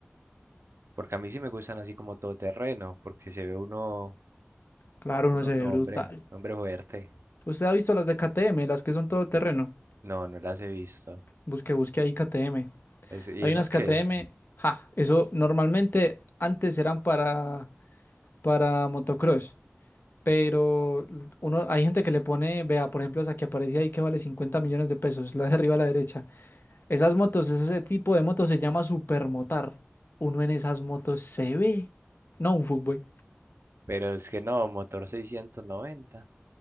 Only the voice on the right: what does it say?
Porque a mí sí me gustan así como todoterreno, porque se ve uno,
uno,
un
hombre,
un hombre fuerte.
No, no las he visto.
Es- ¿y
esas
qué?
Pero es que no, motor 690.